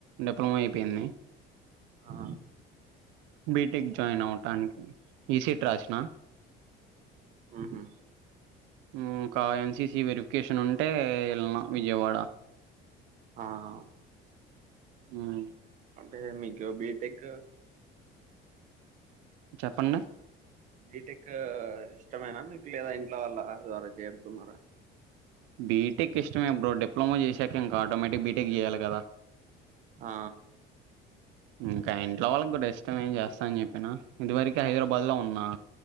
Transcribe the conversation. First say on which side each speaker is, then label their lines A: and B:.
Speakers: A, on the right; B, on the right.
A: డిప్లమా అయిపోయింది
B: ఆ
A: బీటెక్ జాయిన్ అవటానికి ఈసీట్ రాసిన
B: ఆహా
A: ఉమ్ కా ఎన్సిసి వెరిఫికేషన్ ఉంటే ఎళ్ళిన విజయవాడ
B: ఆహా వ్
A: ఉమ్
B: అంటే మీకు బీటెక్
A: చెప్పండి
B: బీటెక్ ఇష్టమైనా మీకు లేదా ఇంట్లో వాళ్ళ ద్వారా చేరుతున్నారా
A: బీటెక్ ఇష్టమే బ్రో డిప్లొమా చేశాక ఇంకా ఆటోమేటిక్ బీటెక్ చేయాలే కదా
B: ఆ
A: ఇంకా ఇంట్లో వాళ్ళకి కూడా ఇష్టమే నేను చేస్తా అని చెప్పినా ఇదివరకు హైదరాబాద్ లో ఉన్ మా